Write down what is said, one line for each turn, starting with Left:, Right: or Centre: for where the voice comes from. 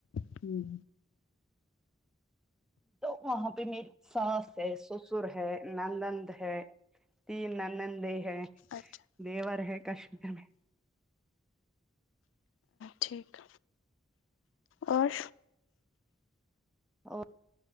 Left: ہوں
Centre: تو وہاں پہ میری ساس ہے سسر ہے نالند ہے تین ننند ہے
Left: اچھا
Centre: دیور ہے کشمیر میں
Left: ٹھیک اور
Centre: اور